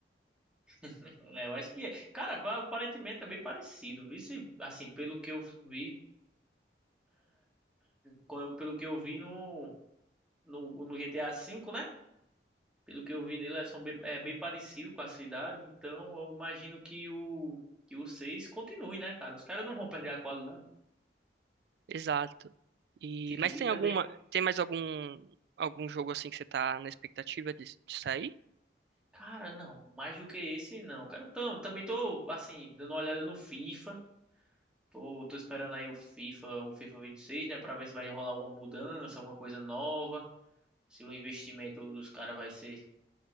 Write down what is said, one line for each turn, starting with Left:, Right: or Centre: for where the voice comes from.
Centre: <laughs> É, eu acho que é. Cara, pa- aparentemente é bem parecido. Isso, assim, pelo que eu vi, co- pelo que eu vi no, no, no GTA V, né? Pelo que eu vi nele, elas são bem, é bem parecido com a cidade. Então, eu imagino que o que o 6 continue, né, cara? Os caras não vão perder a qualidade.
Right: Exato. E
Centre: Tipo,
Right: mas tem
Centre: e também
Right: alguma, tem mais algum algum jogo assim que você tá na expectativa de, de sair
Centre: Cara, não, mais do que esse, não. Cara, tam- também tô, assim, dando uma olhada no FIFA. Tô, tô esperando aí o FIFA, o FIFA vinte e seis né, pra ver se vai rolar alguma mudança, alguma coisa nova. Se o investimento dos caras vai ser